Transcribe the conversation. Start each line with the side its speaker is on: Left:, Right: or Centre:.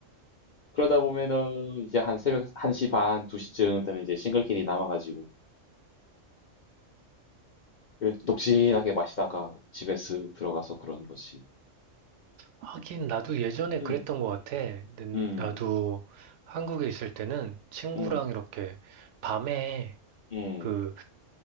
Left: 그러다 보면은 이제 한 새벽 1시 반, 2시쯤 되면 이제 싱글끼리 남아가지고 그 녹진하게 마시다가 집에 쓱 들어가서 그런 거지.
Right: 하긴 나도 예전에
Left: 음,
Right: 그랬던 것 같아. 는-
Left: 음,
Right: 나도 한국에 있을 때는 친구랑
Left: 음,
Right: 이렇게 밤에
Left: 음,
Right: 그,